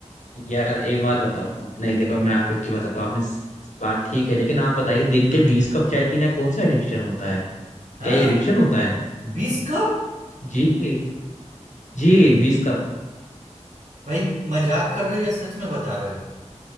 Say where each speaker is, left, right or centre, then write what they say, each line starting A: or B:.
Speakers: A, on the left; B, on the right.
A: यार एक बात बताओ नहीं देखो मैं आपको एक चीज बताता हूँ आपने स- बात ठीक है लेकिन आप बताइए दिन के बीस कप चाय पीना कौन सा एडिक्शन होता है
B: हाँ
A: क्या ये एडिक्शन होता है
B: बीस कप
A: जी जी बीस कप
B: भाई मजाक कर रहे हो या सच में बता रहे हो